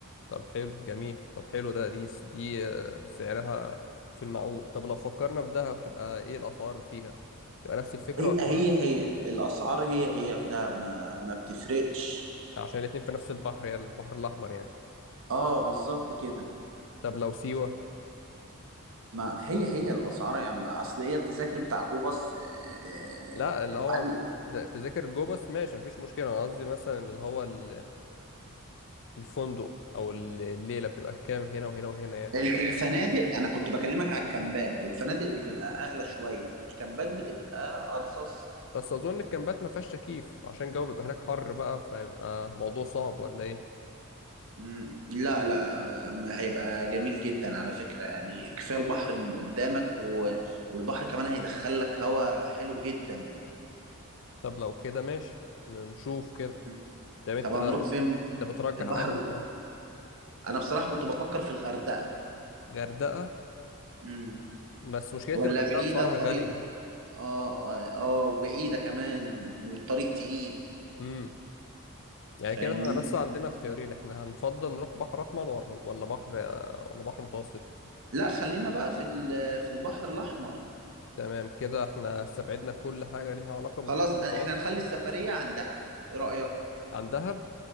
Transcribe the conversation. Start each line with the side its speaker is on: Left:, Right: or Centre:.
Left: طب حلو جميل طب حلو ده دي دي آه، سعرها في المعقول طب لو فكرنا في دهب تبقى ايه الأسعار فيها تبقى نفس الفكرة
Right: هي هي
Left: ولا
Right: هي الاسعار هي هي في دهب ما ما بتفرقش
Left: عشان الاتنين في نفس البحر يعني البحر الأحمر يعني
Right: اه بالظبط كده
Left: طب لو سيوة
Right: ما هي هي الاسعار يعني ما- اصل هي التذاكر بتاع جو باص آه،
Left: لا اللي هو
Right: وبعدين
Left: ده- تذاكر جوه بس ماشي مفيش مشكلة أنا قصدي مثلا اللي هو ال- الفندق أو الليلة بتبقى بكام هنا وهنا وهنا يعني
Right: ال- الفنادق انا كنت بكلمك على الكامبات الفنادق بتبقى اغلى شويه الكامبات بتبقى ارخص
Left: بس أظن الكامبات مفيهاش تكييف عشان الجو بيبقى هناك حر بقى فيبقى موضوع صعب ولا إيه
Right: مم. لا لا ما هيبقى جميل جدا على فكره يعني كفايه البحر انه قدامك و... والبحر كمان هيدخل لك هواء حلو جدا
Left: طب لو كده ماشي نشوف كده
Right: مم.
Left: طب أنت
Right: طب هنروح
Left: أنت
Right: فين
Left: بترجح
Right: البحر
Left: أنهي طب
Right: انا بصراحه كنت بفكر في الغردقه
Left: غردقة
Right: امم
Left: بس مشكلة
Right: ولا
Left: الغردقة
Right: بعيده
Left: أسعارها
Right: الطريق
Left: غالية
Right: اه اه آه، وبعيدة كمان والطريق تقيل
Left: امم يعني
Right: فاهمني
Left: كده احنا بس عندنا اختيارين احنا هنفضل نروح بحر أحمر ولا ولا بحر ولا بحر متوسط
Right: لا خلينا بقى في ال- في البحر الأحمر
Left: تمام كده احنا استبعدنا كل حاجة ليها علاقة بالبحر
Right: خلاص
Left: المتوسط
Right: احنا نخلي السفرية عن دهب ايه رأيك
Left: عن دهب